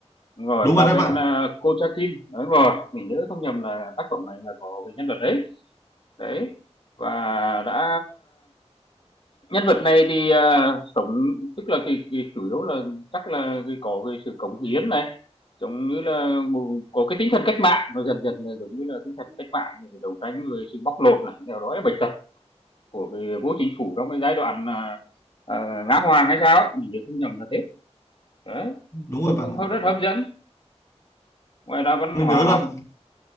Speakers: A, on the left (about 50°); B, on the left (about 25°).
A: Đúng rồi,
B: đúng rồi
A: Pavel,
B: đấy bạn
A: à, Kochakin, đúng rồi, mình nhớ không nhầm là tác phẩm này là có cái nhân vật đấy, đấy, và đã nhân vật này thì à, sống tức là cái, cái chủ yếu là chắc là cái có cái sự cống hiến này, giống như là một, có cái tinh thần cách mạng, nó dần dần là giống như là tinh thần cách mạng để đấu tranh với sự bóc lột này, nghèo đói bệnh tật của cái vô chính phủ trong cái giai đoạn à, à, Ngã Hoàng hay sao, ấy, mình nhớ không nhầm là thế, đấy,
B: đúng rồi
A: cũng
B: bạn
A: cũng
B: ạ
A: rất hấp dẫn, ngoài ra văn
B: mình
A: hóa
B: nhớ
A: học
B: là